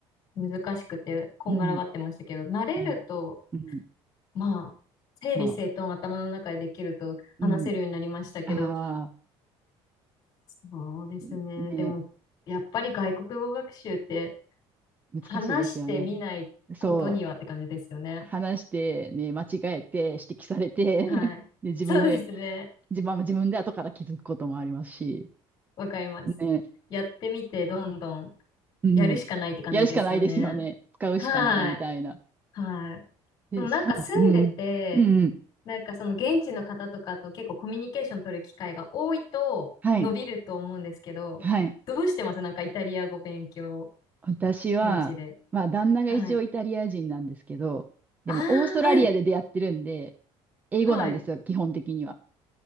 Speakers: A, on the left; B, on the right.
A: 難しくて、こんがらがってましたけど、
B: うん、
A: 慣れると、
B: うん、うん。
A: まあ、整理整頓頭の中でできると話せるようになりましたけど、
B: まあ、うん。あ
A: そうですね。
B: あ、ね。
A: でも、やっぱり外国語学習って
B: 難しいですよね。
A: 話してみないことにはって感じですよね。
B: そう、話して、ね、間違えて、指摘されて、
A: はい。
B: <laughs> で、自分で、
A: そうですね。
B: 自分は自分で後から気づくこともありますし、
A: わかります。
B: ね、
A: やってみて、どんどん
B: うん、
A: やるしかないって感じですよね。
B: やるしかないですよね。使うしかないみたいな。
A: はい。はい。
B: で、
A: でもなんか住んでて、
B: しかも、うん、うん、うん、
A: なんかその現地の方とかと結構コミュニケーション取る機会が多いと伸びると思うんですけど、
B: はい、はい。
A: どうしてますなんかイタリア語勉強、
B: 私は、
A: 現地で。
B: まあ、旦那が一応イタリア人なんですけど、
A: はい。
B: でも、
A: ああ、
B: オーストラリアで出会ってるんで、
A: はい。
B: 英語なんですよ、
A: はい。
B: 基本的には。